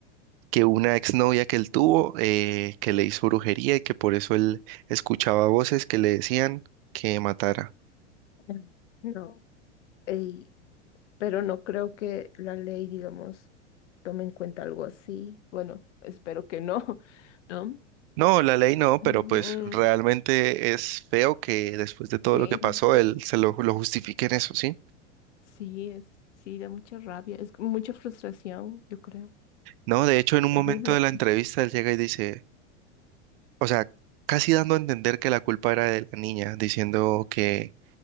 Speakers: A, on the right (about 55°); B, on the left (about 75°).
A: que una exnovia que él tuvo eh, que le hizo brujería y que por eso él escuchaba voces que le decían que matara.
B: <laughs> No, ey, pero no creo que la ley, digamos, tome en cuenta algo así. Bueno, espero que no, <laughs> ¿no?
A: No, la ley no, pero
B: Mm,
A: pues realmente es feo que después de todo
B: sí,
A: lo que pasó, él se lo, lo justifique en eso, ¿sí?
B: sí, es, sí, da mucha rabia, es mucha frustración, yo creo.
A: No, de hecho, en un
B: Terrible.
A: momento de la entrevista, él llega y dice, o sea, casi dando a entender que la culpa era de la niña, diciendo que,